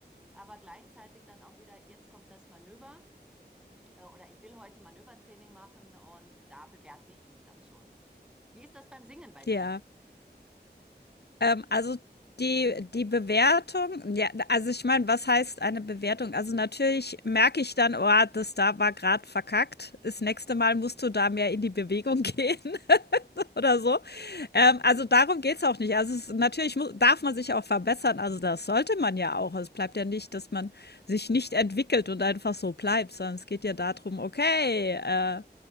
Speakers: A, in the centre; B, on the left (about 65°).
A: aber gleichzeitig dann auch wieder, jetzt kommt das Manöver äh, oder ich will heute Manövertraining machen und da bewerte ich mich dann schon. Wie ist das beim Singen bei dir?
B: ja. Ähm, also, die die Bewertung ja, also, ich meine, was heißt eine Bewertung? Also, natürlich merke ich dann: „Oh, das da war gerade verkackt. Das nächste Mal musst du da mehr in die Bewegung <laughs> gehen.“ <laughs> oder so. Ähm, also darum geht es auch nicht. Also es, natürlich muss, darf man sich auch verbessern. Also das sollte man ja auch. Es bleibt ja nicht, dass man sich nicht entwickelt und einfach so bleibt, sondern es geht ja darum, okay, äh,